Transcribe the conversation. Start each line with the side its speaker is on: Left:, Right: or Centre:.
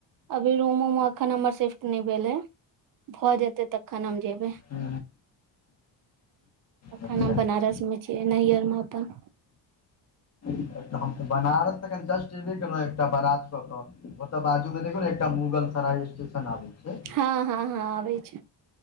Right: अभी रूम उम अखन हमर शिफ्ट नहि भेल हे भऽ जेते तखन हम जेबे
Left: हू
Right: अखन
Left: अच्छा
Right: हम
Left: अच्छा
Right: बनारस मे छियै नैहरम अपन
Left: हम तऽ बनारस तऽखन जस्ट एबे केलौ एकटा बरात क क ओ तऽ बाजूमे देखु ने एकटा मुगल साराय एस आबै छै
Right: हँ हँ हँ आबै छै